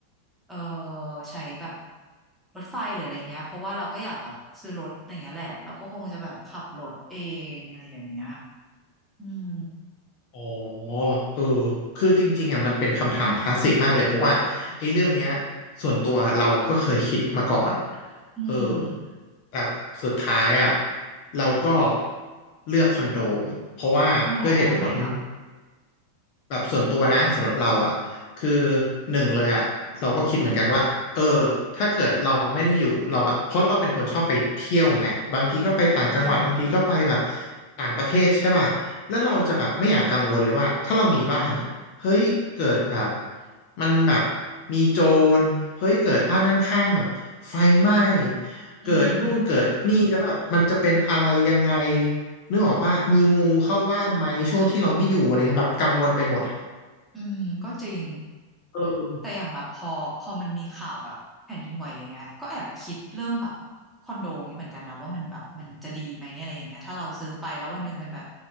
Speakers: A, in the centre; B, on the left.
A: เออใช้แบบรถไฟหรืออะไรเงี้ยเพราะว่าเราก็อยากแบบซื้อรถอะไรเงี้ยแหละเราก็คงจะแบบขับรถเองอะไรอย่างเงี้ยอืม
B: อ๋อเออคือจริงๆอ่ะมันเป็นคำถามคลาสสิกมากเลยเพราะว่าไอ้เรื่องเนี้ยส่วนตัวเราก็เคยคิดมาก่อน
A: อืม
B: เออแต่แบบสุดท้ายอ่ะเราก็เลือกคอนโดเพราะว่าด้วยเหตุผล
A: แล้วเหรอทำไมอ่ะ
B: แบบส่วนตัวนะสำหรับเราอ่ะคือหนึ่งเลยอ่ะเราก็คิดเหมือนกันว่าเออถ้าเกิดเราไม่ได้อยู่เราแบบเพราะเราเป็นคนชอบไปเที่ยวไงบางทีก็ไปต่างจังหวัดบางทีก็ไปแบบ
A: อ่า
B: ต่างประเทศใช่ป่ะแล้วเราจะแบบไม่อยากกังวลเลยว่าถ้าเรามีบ้านอ่ะเฮ้ยเกิดแบบมันแบบมีโจรเฮ้ยเกิดบ้านข้างๆแบบไฟไหม้เกิดนู่นเกิดนี่แล้วแบบมันจะเป็นอะไรยังไง
A: อืม
B: นึกออกป่ะมีงูเข้าบ้านไหมช่วงที่เราไม่อยู่อะไรเงี้ยแบบกังวลไปหมด
A: อืมก็จริง
B: เออ
A: แต่อย่างแบบพอพอมันมีข่าวแบบแผ่นดินไหวอย่างเงี้ยก็แอบคิดเรื่องแบบคอนโดอย่างเงี้ยเหมือนกันนะว่ามันแบบมันจะดีไหมอะไรอย่างเงี้ยถ้าเราซื้อไปแล้ววันหนึ่งมันแบบ